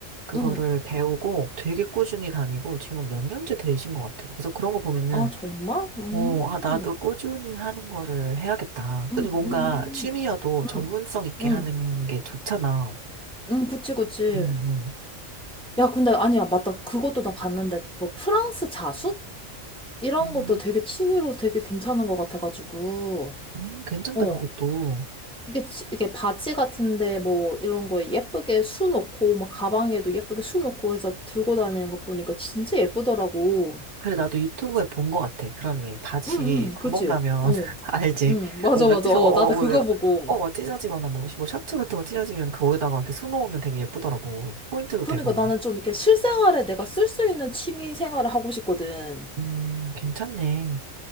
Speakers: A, on the right; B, in the centre.
A: 그거를
B: 응.
A: 배우고 되게 꾸준히 다니고 지금 몇 년째 되신 것 같아. 그래서 그런 거 보면은,
B: 아, 정말? 음.
A: 어, 아, 나도 꾸준히 하는 거를 해야겠다.
B: 응,
A: 근데 뭔가
B: 응,
A: 취미여도 전문성
B: 응,
A: 있게
B: 응,
A: 하는 게 좋잖아.
B: 응, 그치, 그치.
A: 음, 음.
B: 야, 근데 아니야, 맞다. 그것도 나 봤는데, 뭐 프랑스 자수? 이런
A: 음,
B: 것도 되게 취미로 되게 괜찮은 것 같아가지고,
A: 음, 괜찮다,
B: 어.
A: 그것도.
B: 이게, 치- 이게 바지 같은데, 뭐, 이런 거 예쁘게 수 놓고, 막 가방에도 예쁘게 수 놓고 해서 들고 다니는 거 보니까 진짜 예쁘더라고.
A: 그래, 나도 유튜브에 본 것 같아. 그런 왜 바지
B: 응, 응,
A: 구멍
B: 그치.
A: 나면
B: 어.
A: <laughs> 알지?
B: 응, 맞아,
A: 뭔가
B: 맞아.
A: 찢,
B: 어,
A: 어, 어,
B: 나도 그거
A: 어,
B: 보고.
A: 어, 어, 찢어지거나 뭐, 뭐 셔츠 같은 거 찢어지면 거기다가 이렇게 수놓으면 되게 예쁘더라고. 포인트도
B: 그러니까
A: 되고.
B: 나는 좀 이렇게 실생활에 내가 쓸 수 있는 취미 생활을 하고 싶거든.
A: 음, 괜찮네.